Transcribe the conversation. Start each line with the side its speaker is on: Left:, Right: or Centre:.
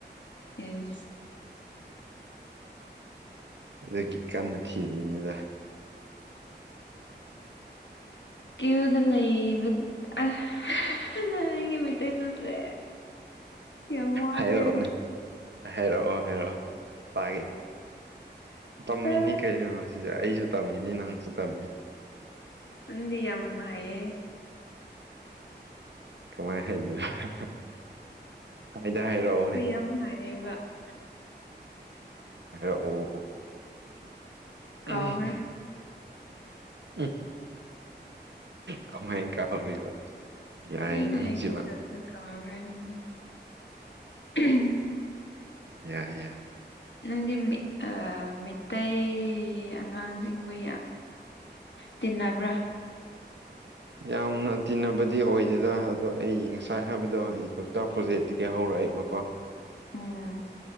Left: ꯑꯦꯁ
Right: ꯑꯗꯨꯒꯤ ꯀꯟꯅ ꯊꯤꯔꯤꯅꯤꯗꯥ
Left: ꯀ꯭ꯌꯨꯗꫭ ꯂꯩꯕ ꯑ ꯑꯩꯒꯤ ꯃꯩꯇꯩꯂꯣꯟꯁꯦ ꯌꯥꯝ ꯋꯥꯔꯦ
Right: ꯍꯥꯏꯔꯛꯑꯣꯅꯦ ꯍꯥꯏꯔꯛꯑꯣ ꯍꯥꯏꯔꯛꯑꯣ ꯄꯥꯒꯦ ꯇꯝꯃꯤꯅꯤ
Left: ꯑ
Right: ꯀꯩꯅꯣ ꯁꯤꯗꯥ ꯑꯩꯁꯨ ꯇꯝꯃꯤꯅꯤ ꯅꯪꯁꯨ ꯇꯝꯃꯤꯅꯤ
Left: ꯅꯪ ꯗꯤ ꯌꯥꯝ ꯍꯩꯌꯦ
Right: ꯀꯃꯥꯏ ꯍꯥꯏꯔꯤꯕ ꯍꯥꯏꯗ ꯍꯥꯏꯔꯛꯑꯣꯅꯦ
Left: <unintelligible>
Right: ꯍꯢꯔꯛ ꯑꯣ
Left: ꯀꯥꯎꯈ꯭ꯔꯦ
Right: ꯎꯝ ꯎ ꯀꯃꯥꯏꯅ ꯀꯥꯎꯔꯤꯕ ꯌꯥꯏꯌꯦ
Left: ꯑꯩꯅ
Right: ꯅꯪꯁꯤꯃ
Left: ꯍꯩꯒꯦ <unintelligible>
Right: ꯌꯥꯏ ꯌꯥꯏ
Left: <inaudible> ꯅꯪꯗꯤ ꯃꯩꯇꯩ ꯑꯉꯥꯡꯁꯤꯡꯈꯣꯏ ꯇꯤꯟꯅꯕ꯭ꯔꯥ
Right: ꯌꯥꯝꯅ ꯇꯤꯟꯅꯕꯗꯤ ꯑꯣꯏꯗꯦꯗ ꯑꯗꯣ ꯑꯩ ꯉꯁꯥꯏ ꯍꯥꯏꯕꯗꯣ ꯑꯩ ꯂꯣꯛꯇꯥꯛꯄꯔꯣꯛ ꯇꯒꯤ ꯍꯧꯔꯛꯏꯕꯀꯣ
Left: ꯎꯝ